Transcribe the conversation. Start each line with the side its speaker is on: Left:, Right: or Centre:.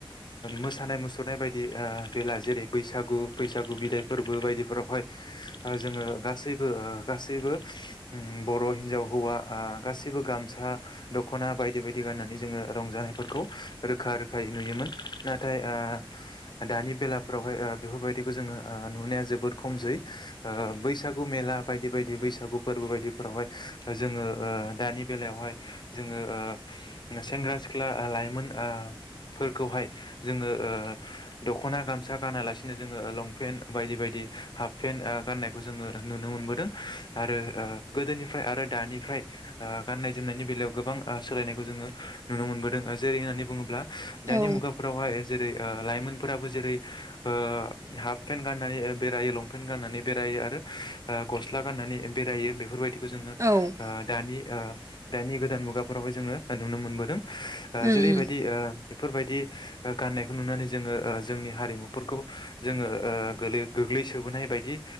Left: मोसानाय मुसुरनाय बायदि ओ बेला जेरै बैसागु बैसागु बिदाय फोरबो बायदि फोरावहाय ओ जोङो गासैबो ओ गासैबो उम बर' हिनजाव हौवा ओ गासैबो गामसा दख'ना बायदि बायदि गाननानै जोङो रंजानायफोरखौ रोखा रोखायै नुयोमोन नाथाय ओ दानि बेलाफोरावहाय ओ बेफोरबायदिखौ जोङो ओ नुनाया जोबोद खमसै ओ बैसागु मेला बायदि बायदि बैसागु फोरबो बायदिफोरावहाय जोङो ओ दानि बेलायावहाय जोङो ओ सेंग्रा सिख्ला लाइमोन ओ फोरफोरखौहाय जोङो ओ दख'ना गामसा गानालासिनो जोङो लंपेन्ट बायदि बायदि हाफ पेन्ट ओ गाननायखौ जोङो नुनो मोनबोदों आरो ओ गोदोनिफ्राय आरो दानिफ्राय ओ गाननाय जोमनायनि बेलायाव गोबां ओ सोलायनायखौ जोङो नुनो मोनबोदों जेरै होननानै बुङोब्ला दानि
Right: औ
Left: मुगाफोरावहाय जेरै ओ लाइमोनफोराबो जेरै ओ हाफ पेन्ट गाननानै बेरायो लंपेन्ट फेन गाननानै बेरायो ओ आरो गस्ला गाननानै बेरायो बेफोरबायदि खौ जोङो ओ
Right: औ
Left: दानि ओ दानि गोदान मुगाफोरावहाय जोङो नुनो मोनबोदों ओ
Right: उम
Left: जेरैबायदि
Right: उम
Left: ओ बेफोरबायदि ओ गाननायखौ नुनानै जोङो ओ जोंनि हारिमुफोरखौ जोङो ओ गोलै गोग्लैसोनाय सोबोनाय बायदि